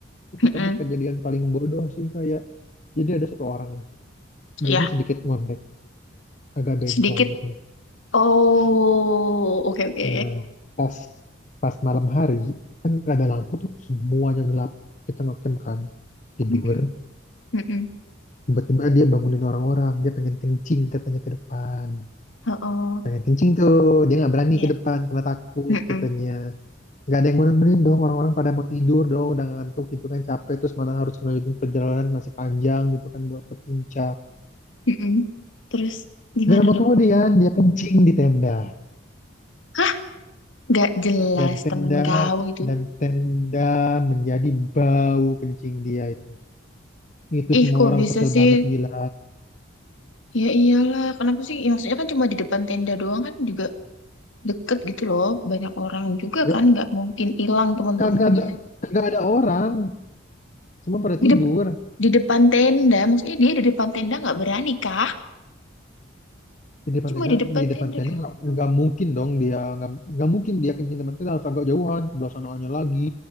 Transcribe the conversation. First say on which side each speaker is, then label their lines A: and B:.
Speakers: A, on the left; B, on the left.
A: itu
B: mm-mm.
A: tapi kejadian paling bodoh sih kayak jadi ada satu orang nih,
B: ya
A: dia ini sedikit ngondek agak bencong
B: sedikit
A: gitu ya.
B: oh oke oke
A: Eh, pas pas malam hari kan nggak ada lampu tuh semuanya gelap kita ngecamp kan tidur
B: Mm-mm, mm-mm.
A: tiba-tiba dia bangunin orang-orang dia pengen kencing katanya ke depan
B: Oh, oh,
A: pengen kencing tuh dia nggak berani
B: ya.
A: ke depan karena takut
B: Mm-mm.
A: katanya nggak ada yang mau nemenin dong orang-orang pada mau tidur dong udah ngantuk gitu kan capek terus mana harus melanjutkan perjalanan masih panjang gitu kan buat ke puncak
B: Mm-mm. Terus gimana
A: gak lama
B: dong?
A: kemudian dia kencing di tenda
B: Hah? Gak jelas
A: dan tenda
B: temen kau itu.
A: dan tenda menjadi bau kencing dia itu itu
B: Ih,
A: semua
B: kok
A: orang
B: bisa
A: kesel banget
B: sih?
A: gila
B: Ya iyalah, kenapa sih? Ya, maksudnya kan cuma di depan tenda doang kan juga deket gitu loh. Banyak orang juga
A: gak,
B: kan nggak mungkin hilang teman-temannya.
A: kagak ada kagak ada orang semua pada tidur
B: Di, dep- di depan tenda, maksudnya dia di depan tenda nggak berani kah?
A: di depan
B: Cuma
A: tenda
B: di depan
A: di
B: tenda
A: depan tenda
B: doang.
A: nggak nggak mungkin dong dia nggak nggak mungkin dia kencing depan tenda harus agak jauhan ke belah sononya lagi